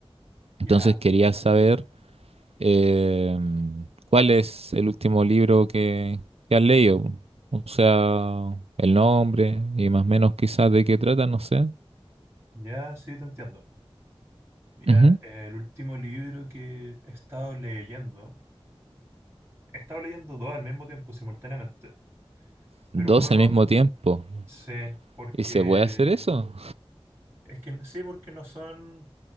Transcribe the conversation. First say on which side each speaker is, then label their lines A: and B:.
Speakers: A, on the right; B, on the right.
A: Entonces
B: Ya,
A: quería saber eh, cuál es el último libro que, que has leído. O sea, el nombre y más o menos quizás de qué trata, no sé.
B: ya, sí, te entiendo. Ya,
A: Ujú.
B: el último libro que he estado leyendo, he estado leyendo dos al mismo tiempo, simultáneamente, pero
A: Dos
B: uno lo
A: al mismo tiempo.
B: sé porque,
A: ¿Y se puede hacer eso?
B: es que sí, porque no son,